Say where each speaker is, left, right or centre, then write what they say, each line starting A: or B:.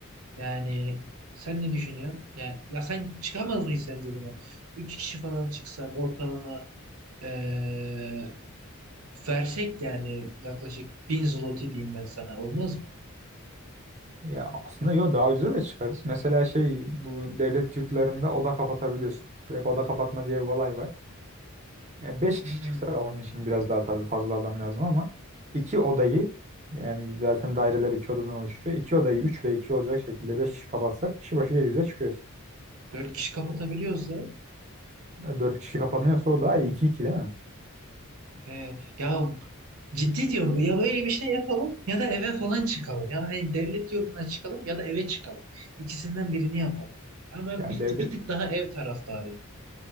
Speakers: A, on the right; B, on the right.
A: Yani sen ne düşünüyorsun? Yani, ya sen çıkamaz mıyız sence buna? Üç kişi falan çıksak ortalama eee, versek yani yaklaşık bin zloty diyeyim ben sana olmaz mı?
B: Ya aslında yo daha ucuza da çıkarız. Mesela şey bu devlet yurtlarında oda kapatabiliyorsun. Direkt oda kapatma diye bir olay var. Yani 5
A: Hmm.
B: kişi çıksak onun için biraz daha tabii fazla adam lazım ama iki odayı yani zaten daireler iki odadan oluşuyor. İki odayı 3 ve 2 olacak şekilde 5 kişi kapatsak kişi başı 700'e çıkıyoruz.
A: Dört kişi kapatabiliyorsa
B: E, 4 kişi kapanıyorsa o daha iyi. iki 2 değil mi?
A: he, ya Ciddi diyorum bu. Ya böyle bir şey yapalım ya da eve falan çıkalım. Ya hani devlet yurduna çıkalım ya da eve çıkalım. İkisinden birini yapalım. Ama ben
B: Yani
A: bir,
B: devlet
A: bir tık daha ev taraftarıyım.